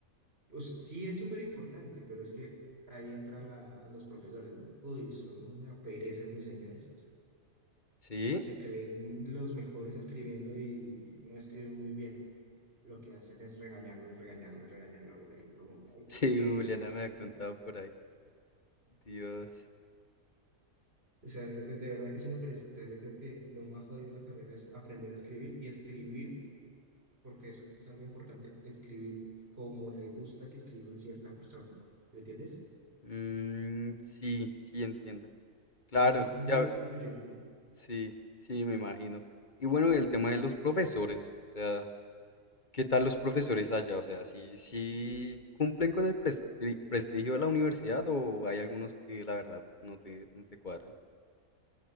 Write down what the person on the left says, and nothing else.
Sí,
sí,
Juliana me ha
contado por ahí. Dios.
Mm, sí, sí, entiendo. Claro,
ya,
Sí, sí, me imagino. Y bueno, y el tema de los profesores, o sea, ¿qué tal los profesores allá? O sea, ¿sí, sí cumplen con el presti- prestigio de la universidad o hay algunos que la verdad no te, no te cuadran?